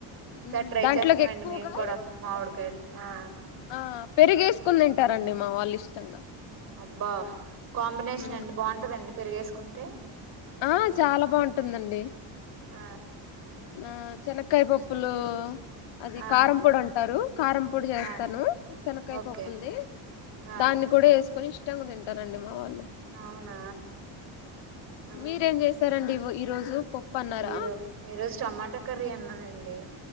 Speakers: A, on the left (about 60°); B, on the right (about 45°).
A: ఉమ్,
B: సర్ ట్రై
A: దాంట్లోకి
B: చేస్తామండి
A: ఎక్కువగా
B: మేము కూడా మామిడికాయలు ఆ
A: ఆ పెరిగేసుకుని తింటారండి మా వాళ్ళు ఇష్టంగా
B: అబ్బా కాంబినేషన్
A: ఉమ్,
B: అండి బాగుంటదండి పెరిగేసుకుంటే
A: ఆ చాలా బాగుంటుందండి
B: ఆ
A: ఆ శనకాయ పప్పులు అది
B: ఆ
A: కారంపొడి అంటారు కారంపొడి చేస్తాను
B: ఆ
A: శనకాయ
B: ఓకే
A: పప్పుల్ది
B: ఆ
A: దాన్ని కూడా వేసుకొని ఇష్టంగా తింటారండి మా వాళ్ళు
B: అవునా అ
A: మీరేం చేసారండి ఈ రోజు పప్పు అన్నారా
B: ఏదో ఈ రోజు టమాటక్ కరీ అన్నానండి